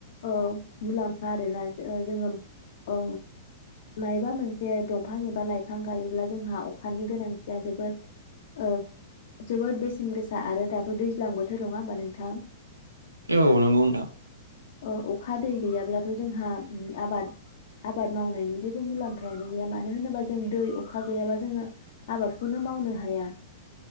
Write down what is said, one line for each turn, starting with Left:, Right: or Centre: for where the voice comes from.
Left: ओ मुलाम्फा आरोना जो ओ जोंङो ओ मायबा मोनसे दंफां एबा लाइफां गायोब्ला जोंहा अखानि गोनांथिया जोब बोद ओ जोबोद बेसेन गोसा आरो दाथ' दैज्लां बोथोर नङा होमबा नोंथां?
Right: औ नोंगौ नोंथां।
Left: ओ अखा दै गैयाब्लाथ' जोंहा उम आबाद आबाद मावनायनि जेबो मुलाम्फायानो गैया मानो होनोबा जों दै अखा गैयाबा जोङो आबाद खौनो मावनो हाया।